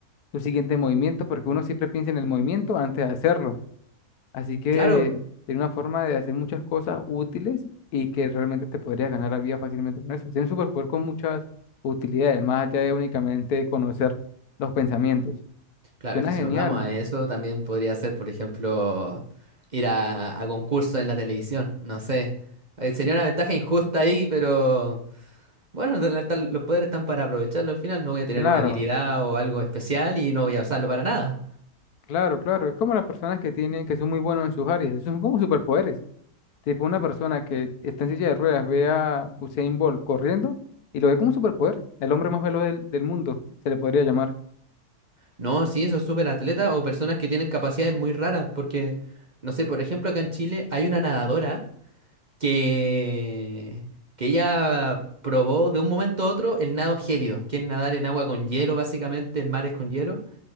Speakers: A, on the left; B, on the right.
A: tu siguiente movimiento, porque uno siempre piensa en el movimiento antes de hacerlo. Así que
B: Claro,
A: sería una forma de hacer muchas cosas útiles y que realmente te podrías ganar la vida fácilmente con eso. es un superpoder con muchas utilidades, más allá de únicamente conocer los pensamientos.
B: Claro,
A: Suena
B: es que
A: genial,
B: si nos vamos a eso, también podría ser, por ejemplo, ir a, a concursos en la televisión, no sé. Eh, Sería una ventaja injusta ahí, pero bueno, de la- tal- los poderes están para aprovecharlo al final. No voy a tener
A: claro.
B: una habilidad o algo especial y no voy a usarlo para nada.
A: Claro, claro, es como las personas que tienen, que son muy buenos en sus áreas, son como superpoderes. Tipo una persona que está en silla de ruedas ve a Usain Bolt corriendo y lo ve como un superpoder, el hombre más veloz del, del mundo, se le podría llamar.
B: No, sí, esos súper atletas o personas que tienen capacidades muy raras, porque, no sé, por ejemplo, acá en Chile hay una nadadora que, que ella probó de un momento a otro el nado gélido, que es nadar en agua con hielo, básicamente, en mares con hielo.